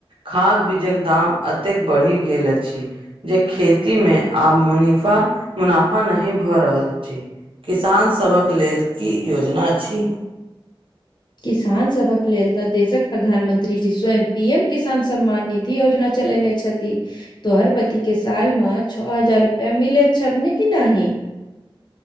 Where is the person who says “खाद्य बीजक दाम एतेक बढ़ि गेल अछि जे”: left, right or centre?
Right